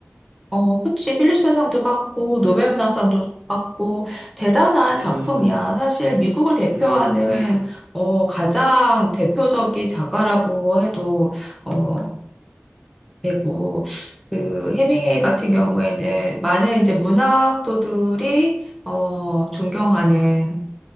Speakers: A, in the centre; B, on the right (about 45°).
A: 어, 그치. 필리처상도 받고, 노벨문학상도 받고, 대단한
B: 음,
A: 작품이야. 사실 미국을 대표하는,
B: 음, 음.
A: 어, 가장 대표적인 작가라고 해도, 어, 되고 그 헤밍웨이
B: 어.
A: 같은 경우에는 많은 이제 문학도들이 어 존경하는